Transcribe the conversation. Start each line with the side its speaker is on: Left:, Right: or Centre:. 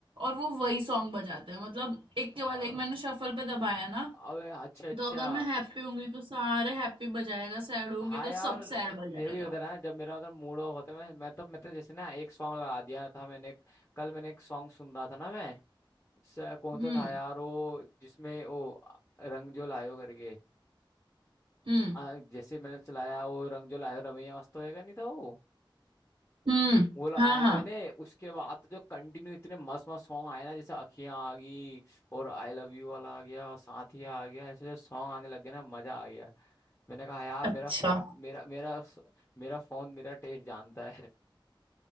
Right: और वो वही सॉन्ग बजाते हैं मतलब एक
Left: अ-
Right: के बाद एक मैंने शफल पे दबाया ना
Left: अबे अच्छा अच्छा
Right: तो अगर मैं हैप्पी होंगी तो सारे हैप्पी बजाएगा सैड होंगी
Left: हाँ
Right: तो
Left: यार
Right: सब सैड बजाएगा
Left: मेरे भी उधर है ना जब मेरा उधर मूड ऑफ होता है मैं मैं तो मैं तो जैसे ना एक सॉन्ग लगा दिया था मैंने कल मैंने एक सॉन्ग सुन रहा था ना मैं स- कौन
Right: हम्म
Left: सा था यार वो जिसमें वो रंग जो लायो करके
Right: हम्म
Left: अ, जैसे मैंने चलाया वो रंग जो लायो रमैया मस्त होएगा नहीं था वो
Right: हम्म
Left: वो लगाया
Right: हाँ हाँ
Left: मैंने उसके बाद तो जो कंटिन्यू इतने मस्त मस्त सॉन्ग आए ना जैसे अखियां आ गई और आई लव यू वाला आ गया साथिया आ गया ऐसे जो सॉन्ग आने लग गए ना मजा आ गया मैंने कहा यार
Right: अच्छा
Left: मेरा फो, मेरा मेरा मेरा फोन मेरा टेस्ट जानता है <laughs>